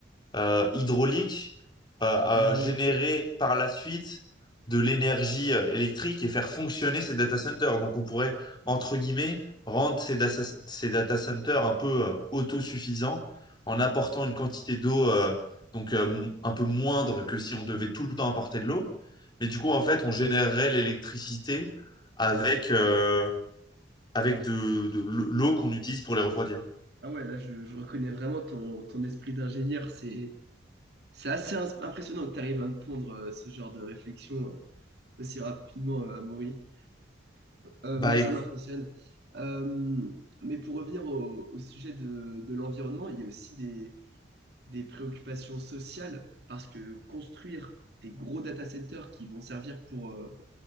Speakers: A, on the left (about 25°); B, on the right (about 60°).
A: euh, hydraulique euh, euh,
B: Ah
A: générer
B: ouais, ok.
A: par la suite de l'énergie euh, électrique et faire fonctionner ces data centers. Donc on pourrait, entre guillemets, rendre ces data, ces data centers un peu euh, autosuffisants en apportant une quantité d'eau euh, donc euh, m- un peu moindre que si on devait tout le temps apporter de l'eau. Mais du coup, en fait, on générerait l'électricité avec, euh, avec de, de l'eau qu'on utilise pour les refroidir.
B: Ah ouais, là, je, je reconnais vraiment ton, ton esprit d'ingénieur. C'est, c'est assez ins- impressionnant que tu arrives à me pondre euh, ce genre de réflexion euh, aussi rapidement, euh, Amaury. Euh,
A: Bah,
B: moi, ça m'impressionne. Euh, mais pour revenir au, au sujet de, de l'environnement, il y a aussi des, des préoccupations sociales parce que construire des gros data centers qui vont servir pour, euh,